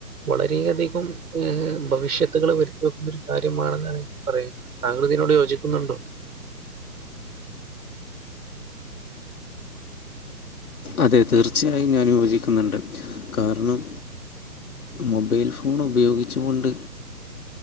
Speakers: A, on the right (about 65°); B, on the left (about 65°).
A: വളരെയധികം ഭവിഷ്യത്തുകൾ വരുത്തി വെക്കുന്ന ഒരു കാര്യമാണെന്നാണ് എനിക്ക് പറയാനുള്ളത് താങ്കൾ അതിനോട് യോജിക്കുന്നുണ്ടോ
B: അതെ തീർച്ചയായും ഞാൻ യോജിക്കുന്നുണ്ട് കാരണം മൊബൈൽ ഫോൺ ഉപയോഗിച്ചുകൊണ്ട്